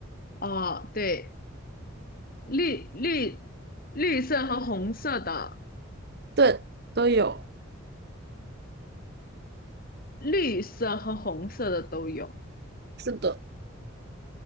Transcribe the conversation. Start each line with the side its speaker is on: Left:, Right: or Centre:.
Left: 哦，对，绿绿绿色和红色的，
Right: 对，都有，
Left: 绿色和红色的都有。
Right: 是的。